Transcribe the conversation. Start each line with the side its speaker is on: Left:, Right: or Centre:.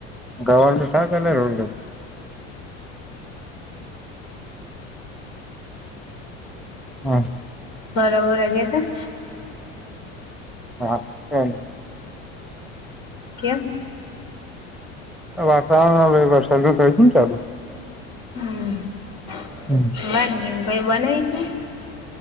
Centre: ગવાર નું શાક અને રોટલી, હમ્મ
Left: ફરવા બરવા ગ્યાતા?
Centre: હા, <inaudible>
Left: ક્યાં
Centre: વાતાવરણ હવે વરસાદ ન થઈયું ને ચાલુ
Left: હમ્મ
Centre: હમ
Left: વાનગી કઈ બનાવી તું?